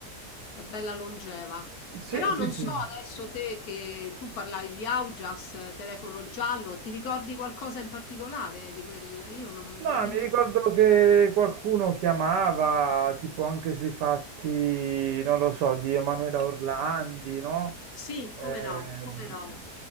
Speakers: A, on the left; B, on the right.
A: è bella longeva.
B: Sì,
A: Però
B: sì,
A: non
B: sì.
A: so adesso te che tu parlavi di Augias, eh, telefono giallo, ti ricordi qualcosa in particolare di quel... Io non,
B: No,
A: non mi
B: mi
A: ricordo.
B: ricordo che qualcuno chiamava, tipo anche sui fatti, non lo so, di Emanuela Orlandi, no?
A: Sì, come
B: eh,
A: no, come
B: mh,
A: no.